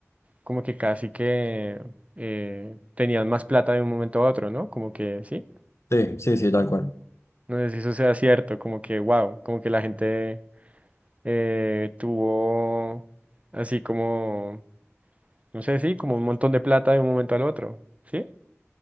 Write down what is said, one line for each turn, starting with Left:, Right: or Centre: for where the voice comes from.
Right: como que casi que eh, tenían más plata de un momento a otro, ¿no? Como que sí,
Left: Sí, sí, sí, tal cual.
Right: no sé si eso sea cierto, como que wow, como que la gente eh, tuvo así como, no sé, sí, como un montón de plata de un momento al otro, ¿sí?